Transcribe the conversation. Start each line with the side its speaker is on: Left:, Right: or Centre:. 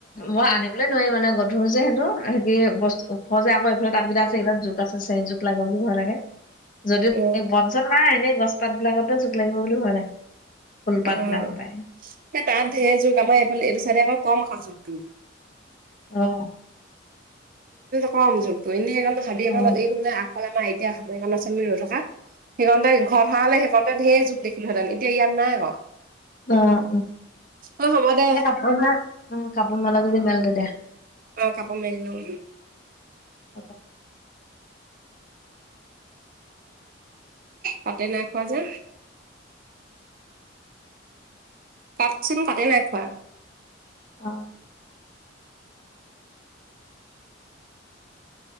Left: মই আনিবলৈ নোৱাৰিম মানে গধুৰ যে সেইটো সে বস্তু। স যে আকৌ এইফালে তাবকেইটা আছে এইবপ যুক আছে চে যুক লাগে বুলি ভয় লাগে। যদিও
Right: অ অ
Left: বন চন নাই এনেই গছ পাত বিলাকতে জোক লাগিব বুলি ভয় লাগে। ফুলপাত
Right: অ'
Left: বিলাকৰ পৰাই
Right: এই তাত ঢেৰ যুক আমাৰ এইফালে এইটো চাইডে আকৌ কম আকৌ যুকটো।
Left: অঁ।
Right: কম জুকটো এনেই এইণে ভাবি এ
Left: অ উম
Right: এই মানে আগাফালে লনল আমাৰ আইয়া আ ৰৈ থকা। <unintelligible> সিহঁতে ঘৰত হোৱা সিহঁতে সে যুখ দেখিলোহেঁতেন এতিয়া ইয়াত নাই আকৌ।
Left: অঁ অঁ।
Right: অ' হ'ব দে।
Left: ঘৰত জাই কাপোৰ মেল যদি মেলগে দে। <unintelligible>
Right: অ' কাপোৰ মেলি লওঁ।
Left: অ
Right: কাতে নাই খোৱা যে? কাটচোন কাটি নাই খোৱা।
Left: অঁ।